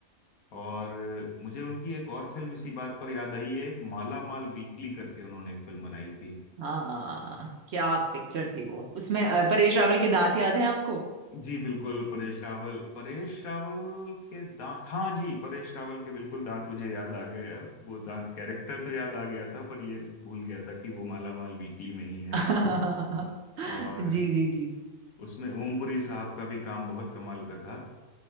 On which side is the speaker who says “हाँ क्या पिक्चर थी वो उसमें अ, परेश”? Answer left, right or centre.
Right